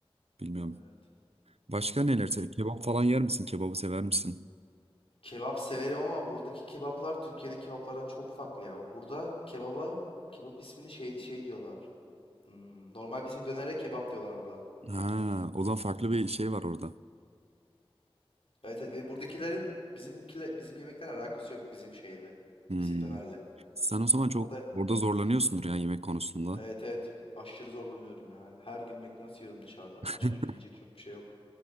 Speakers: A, on the right; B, on the left.
A: Bilmiyorum.
B: Evet.
A: Başka neler sev? Kebap falan yer misin? Kebabı sever misin?
B: Kebap severim ama buradaki kebaplar Türkiye'deki kebaplardan çok farklı ya. Burada kebaba kebap ismini şey şey diyorlar. Hmm, normal bizim dönere kebap diyorlar burada.
A: Ha, o zaman farklı bir şey var orada.
B: Evet, evet ve buradakilerin bizimkile bizim yemekler alakası yok bizim şeyle.
A: Hmm.
B: Bizim dönerle.
A: Sen o zaman çok
B: Burada
A: orada zorlanıyorsundur ya yemek konusunda.
B: evet evet aşırı zorlanıyorum ya. Her gün McDonald's yiyorum dışarıda.
A: <laughs>
B: Başka yiyecek çok bir şey yok.